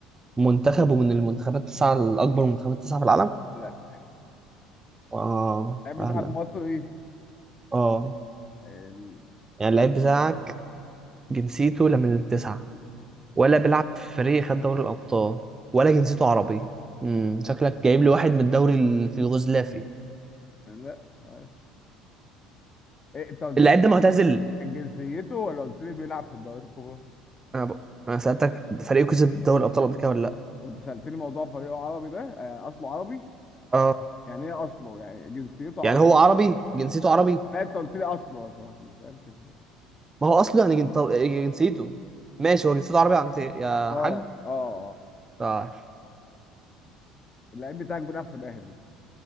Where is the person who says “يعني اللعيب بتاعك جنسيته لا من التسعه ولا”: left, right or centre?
Right